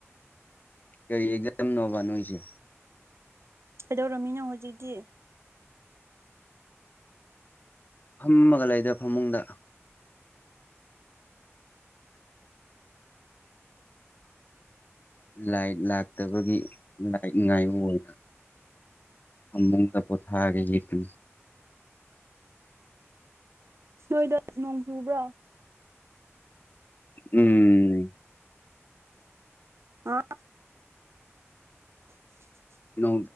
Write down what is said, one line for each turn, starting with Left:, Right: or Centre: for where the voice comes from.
Left: ꯀꯩ ꯑꯦꯗꯝ ꯅꯣꯕ ꯅꯣꯁꯦ
Right: ꯀꯩꯗꯧ ꯔꯣꯃꯤꯅꯣ ꯍꯧꯖꯤꯛꯇꯤ
Left: ꯐꯝꯃꯒ ꯂꯩꯗ ꯐꯃꯨꯡꯗ ꯂꯥꯏꯠ ꯂꯥꯛꯇꯕꯒꯤ ꯂꯥꯏꯠ ꯉꯥꯏꯕ ꯑꯝꯕꯗ ꯄꯊꯥꯒꯤ ꯍꯀ
Right: ꯅꯣꯏꯗ ꯅꯣꯡꯖꯨꯕ꯭ꯔꯥ
Left: ꯎꯝ
Right: ꯑ <unintelligible>
Left: ꯅ